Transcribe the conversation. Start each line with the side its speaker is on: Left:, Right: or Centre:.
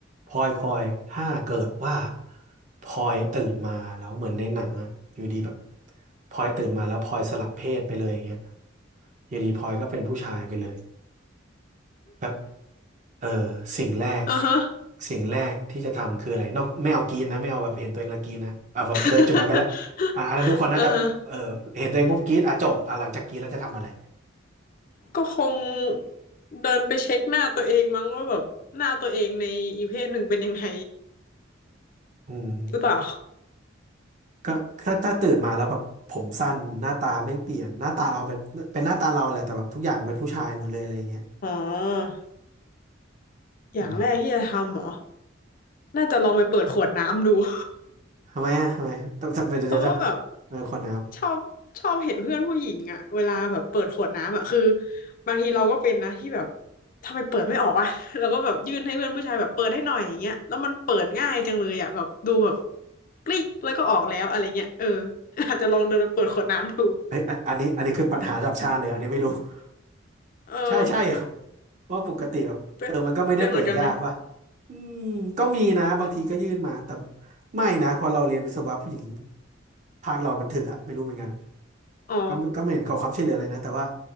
Right: พลอยพลอยถ้าเกิดว่าพลอยตื่นมาแล้วเหมือนในหนังอะอยู่ดีแบบพลอยตื่นมาแล้วพลอยสลับเพศไปเลยอย่างเงี้ยอยู่ดีพลอยก็เป็นผู้ชายไปเลยแบบเออสิ่งแรก
Left: อ่าฮะ
Right: สิ่งแรกที่จะทำคืออะไรนอกไม่เอากรีดนะไม่เอาแบบเห็นตัวเองแล้วกรีดนะอ่ะแบบเลยจุดนั้นไปแล้วอ่ะอันนั้นทุกคนน่าจะเออเห็นตัวเองปุ๊บกรีดอ่ะจบอ่ะหลังจากกรีดแล้วจะทำอะไร
Left: <laughs> อ่าฮะ <laughs> ก็คงเดินไปเช็คหน้าตัวเองมั้งว่าแบบหน้าตัวเองในอีกเพศหนึ่งเป็นยังไง
Right: อืม
Left: หรือเปล่า
Right: ก็ถ้าถ้าตื่นมาแล้วแบบผมสั้นหน้าตาไม่เปลี่ยนหน้าตาเราเป็นเป็นหน้าตาเราแหละแต่แบบทุกอย่างเป็นผู้ชายหมดเลยอะไรอย่างเงี้ย
Left: อ๋ออย่างแรกที่จะทำเหรอ
Right: อืม
Left: น่าจะลองไปเปิดขวดน้ำดู <laughs>
Right: ทำไมอ่ะทำไมต้องทำไมเดี๋ยวจะทำเออขวดน้
Left: เพราะว่าแบบชอบชอบเห็นเพื่อนผู้หญิงอะเวลาแบบเปิดขวดน้ำอะคือบางทีเราก็เป็นนะที่แบบทำไมเปิดไม่ออกวะ <laughs> เราก็แบบยื่นให้เพื่อนผู้ชายแบบเปิดให้หน่อยอย่างเงี้ยแล้วมันเปิดง่ายจังเลยอะแบบดูแบบกริ๊กแล้วก็ออกแล้วอะไรเงี้ยเออ <laughs> อาจจะลองเดินไปเปิดขวดน้ำดู
Right: ำเอ้ยอันอันนี้อันนี้คือปัญหาระดับชาติเลยอันนี้ไม่รู้ <laughs>
Left: <laughs> เออ
Right: ใช่ใช่ <laughs> ว่าะปกติแบบเออมันก็ไม่ได้เปิดยากป่ะ
Left: เป็นเป็นเหมือนกันไหม
Right: อืมก็มีนะบางทีก็ยื่นมาแต่ไม่นะพอเราเรียนวิศวะผู้หญิงภาคเรามันถึกอะไม่รู้เหมือนกัน
Left: อ๋อ
Right: ก็ไม่ก็ไม่เห็นขอความช่วยเหลืออะไรนะแต่ว่า